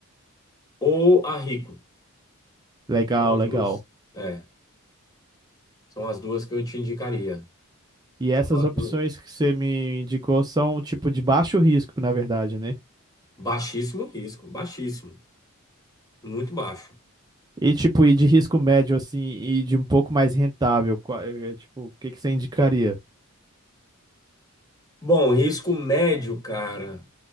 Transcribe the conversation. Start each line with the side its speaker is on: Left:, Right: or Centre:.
Left: ou a Rico.
Right: Legal,
Left: São as
Right: legal.
Left: duas. É, são as duas que eu te indicaria.
Right: E essas
Left: São as
Right: opções
Left: duas.
Right: que você me indicou são tipo de baixo risco, na verdade, né?
Left: Baixíssimo risco, baixíssimo, muito baixo.
Right: E tipo, e de risco médio assim, e de um pouco mais rentável, qua- é, tipo, o que que você indicaria?
Left: Bom, risco médio, cara.